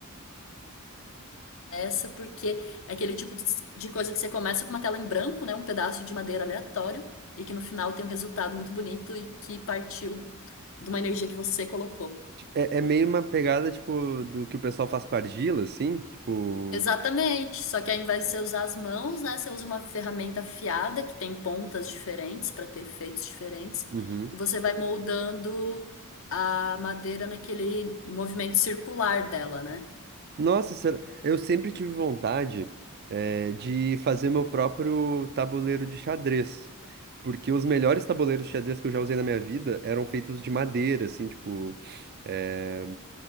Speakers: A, on the left; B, on the right.
A: dessa, porque é aquele tipo de de coisa que você começa com uma tela em branco, né? Um pedaço de madeira aleatório, e que no final tem um resultado muito bonito e que partiu de uma energia que você colocou.
B: É, é meio uma pegada, tipo, do que o pessoal faz com argila, assim, tipo.
A: Exatamente, só que ao invés de você usar as mãos, né, você usa uma ferramenta afiada que tem pontas diferentes para ter efeitos diferentes,
B: Uhum.
A: e você vai moldando a madeira naquele movimento circular dela, né?
B: Nossa, será- eu sempre tive vontade, eh, de fazer meu próprio tabuleiro de xadrez. Porque os melhores tabuleiros de xadrez que eu já usei na minha vida eram feitos de madeira, assim, tipo. eh,